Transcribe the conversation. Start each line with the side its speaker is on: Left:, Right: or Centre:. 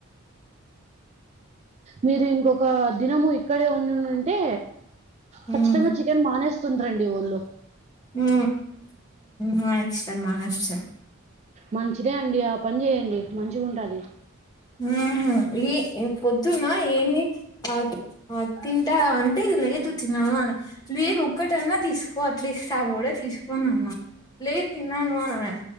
Right: మీరు ఇంకొక దినము ఇక్కడే ఉండుంటే
Left: మ్మ్
Right: ఖచ్చితంగా చికెన్ మానేస్తుండ్రండి ఒళ్లు
Left: ఉ మానేస్తారు మానేస్తరూ
Right: మంచిదే అండి ఆ పని చేయండి మంచిగుంటది.
Left: ఉహు ఏ పొద్దున ఏమి అ తిన్ంటారా అంటే లేదు తిన్నాను లలేదు ఒక్కటన్నా తీసుకో అట్లీస్ట్ సగం కూడా తీసుకోని అన్న లే తిన్నానూ ఆన్